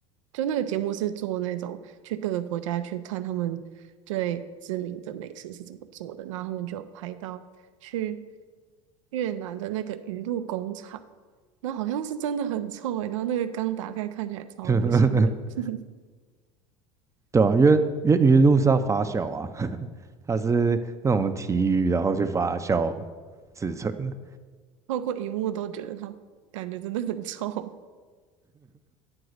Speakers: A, on the right; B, on the right.
A: 就那个节目是做那种去各个国家去看他们最知名的美食是怎么做的，然后他们就有拍到去越南的那个鱼露工厂，那好像是真的很臭诶、然后那个缸打开看起来超恶心的，
B: <laughs>
A: <laughs>
B: 对啊，因为因为鱼露是要发酵啊，<laughs> 它是那种提鱼然后去发酵制成的。
A: 透过荧幕都觉得它感觉真的很臭，